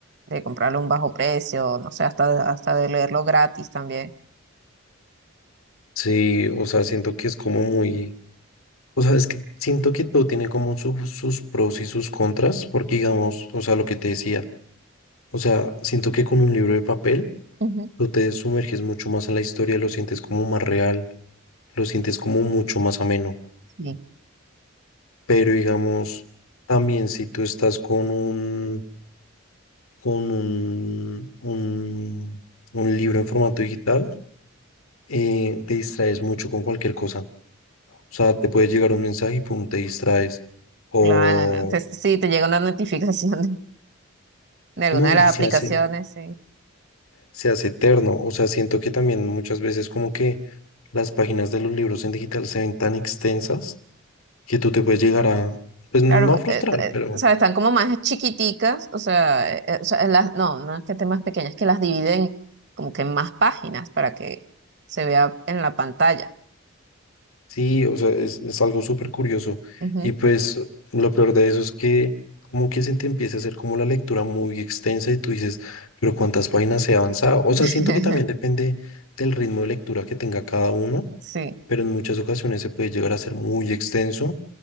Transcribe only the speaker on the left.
Sí, o sea, siento que es como muy, o sea, es que siento que todo tiene como su- sus pros y sus contras, porque digamos, o sea, lo que te decía, o sea, siento que con un libro de papel
tú te sumerges mucho más en la historia, lo sientes como más real, lo sientes como mucho más ameno.
Pero digamos, también si tú estás con un, con un, un, un libro en formato digital, eh, te distraes mucho con cualquier cosa. O sea, te puede llegar un mensaje y pum, te distraes. O
no,
y
se
hace,
se hace eterno. O sea, siento que también muchas veces como que las páginas de los libros en digital se ven tan extensas que tú te puedes llegar a, pues
no a frustrar,
pero
Sí, o sea, es, es algo súper curioso.
Y pues lo peor de eso es que como que se te empieza a hacer como la lectura muy extensa y tú dices, pero ¿cuántas páginas he avanzado? O sea,
siento que también depende del ritmo de lectura que tenga cada uno,
pero en muchas ocasiones se puede llegar a ser muy extenso